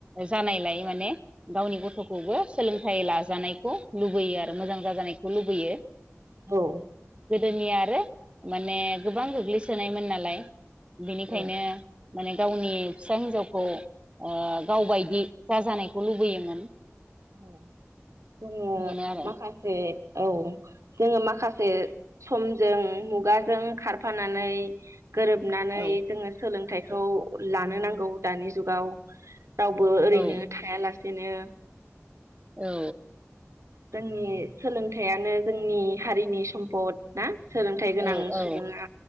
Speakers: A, on the right; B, on the right.
A: जानायलाय माने गावनि गथ'खौबो सोलोंथाइ लाजानायखौ लुबैयो आरो मोजां जाजानायखौ लुबैयो।
B: औ
A: दुनिया आरो माने गोबां गोग्लैसोनायमोन नालाय बेनिखायनो
B: औ
A: माने गावनि फिसा हिन्जावखौ गावबायदि जाजानायखौ लुबैयोमोन।
B: औ जोङो
A: बिदिनो आरो
B: माखासे औ जोङो माखासे समजों मुगाजों खारफानानै गोरोबनानै
A: औ
B: जोङो सोलोंथाइ खौ लानो नांगौ दानि जुगाव रावबो ओरैनो
A: औ
B: थायालासे बिदिनो
A: औ
B: जोंनि सोलोंथाइयानो जोंनि हारिनि सम्फद ना? सोलोंथाइ गोनां
A: औ औ
B: सुबुङा